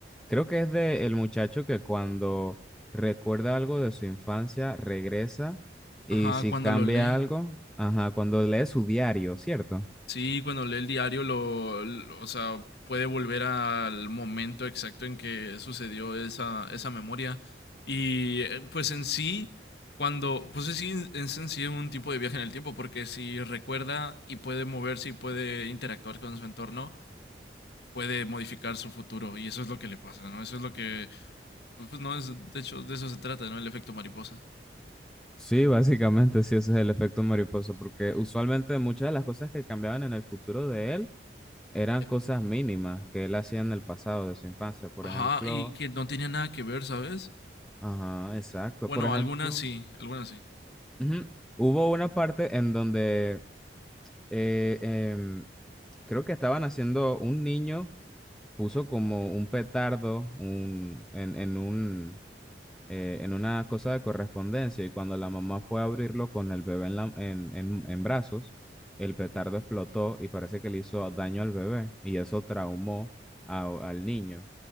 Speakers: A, in the centre; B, on the left.
A: creo que es de el muchacho que cuando recuerda algo de su infancia regresa
B: Ajá,
A: y si
B: cuando
A: cambia
B: lo lee.
A: algo, ajá, cuando lee su diario, ¿cierto?
B: Sí, cuando lee el diario, lo, lo- o sea, puede volver al momento exacto en que sucedió esa, esa memoria. Y eh, pues en sí, cuando, pues es, sí- es en sí un tipo de viaje en el tiempo, porque si recuerda y puede moverse y puede interactuar con su entorno, puede modificar su futuro. Y eso es lo que le pasa, ¿no? Eso es lo que, pues no, es, de hecho, de eso se trata, ¿no? El efecto mariposa.
A: Sí, básicamente sí, ese es el efecto mariposa porque usualmente muchas de las cosas que cambiaban en el futuro de él eran
B: Eh,
A: cosas mínimas que él hacía en el pasado de su infancia. Por
B: Ajá,
A: ejemplo,
B: y que no tenía nada que ver, ¿sabes?
A: ajá, exacto.
B: Bueno,
A: Por ejemplo.
B: algunas sí, algunas sí.
A: Ujú. Hubo una parte en donde eh, em, creo que estaban haciendo, un niño puso como un petardo un- en, en un, eh, en una cosa de correspondencia y cuando la mamá fue a abrirlo con el bebé en, la- en, en- en brazos, el petardo explotó y parece que le hizo daño al bebé y eso traumó a- al niño,